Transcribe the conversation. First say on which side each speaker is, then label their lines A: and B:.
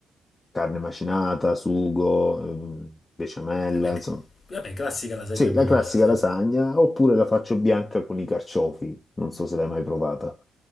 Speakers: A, on the left; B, on the left.
A: carne macinata, sugo, ehm, besciamella,
B: Vabbè,
A: insomma.
B: vabbè, classica lasagna
A: Sì, la
B: bolognese.
A: classica lasagna, oppure la faccio bianca con i carciofi, non so se l'hai mai provata.